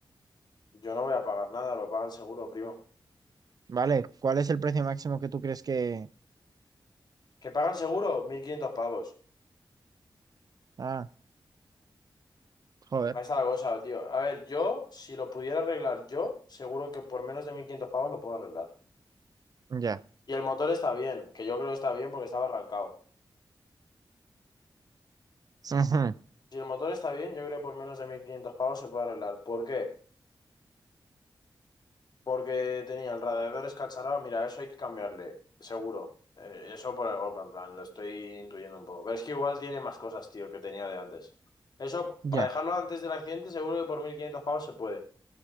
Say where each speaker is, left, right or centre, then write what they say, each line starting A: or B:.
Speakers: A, on the left; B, on the right.
A: yo no voy a pagar nada, lo paga el seguro, primo.
B: Vale, ¿cuál es el precio máximo que tú crees que...
A: ¿Que paga el seguro? 1.500 pavos.
B: Ah, joder,
A: Ahí está la cosa, tío. A ver, yo, si lo pudiera arreglar yo, seguro que por menos de 1.500 pavos lo puedo arreglar.
B: ya.
A: Y el motor está bien, que yo creo que está bien porque estaba arrancado.
B: Ujú,
A: Si el motor está bien, yo creo que por menos de 1500 pavos se puede arreglar. ¿Por qué? Porque tenía el radiador escacharrado. Mira, eso hay que cambiarle, seguro. Eh, eso por el golpe, en plan, lo estoy intuyendo un poco. Pero es que igual tiene más cosas, tío, que tenía de antes. Eso,
B: Ya,
A: para dejarlo antes del accidente, seguro que por 1500 pavos se puede.